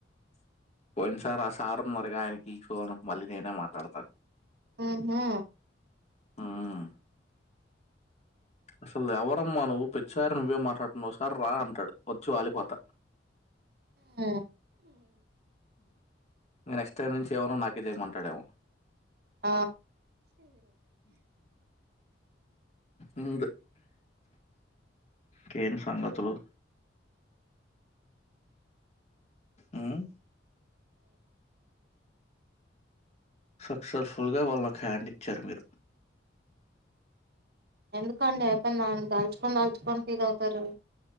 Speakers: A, on the left (about 35°); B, on the right (about 55°).
A: పోయిన సార్ ఆ సార్ ఉన్నారు గా ఆయనకి ఫోన్ మళ్ళీ నేనే మాట్లాడత
B: ఆ హా
A: మ్మ్ అసలు ఎవరమ్మా నువ్వు ప్రతిసారి నువ్వే మాట్లాడుతున్నావు ఒకసారి రా అంటాడు వచ్చి వాలిపోతా
B: ఆ
A: నెక్స్ట్ టైం నుంచి ఏమనో నాకే చెయ్ మంటడేమో
B: ఆ
A: ఇంగ్ కేన్ సంగతులు మ్మ్ సక్సెస్ఫుల్ గా వాళ్ళకు హ్యాండ్ ఇచ్చారు మీరు
B: ఎందుక అండి అయిపోయినా దాల్చుకొని దాల్చుకొని ఫీల్ అవుతారు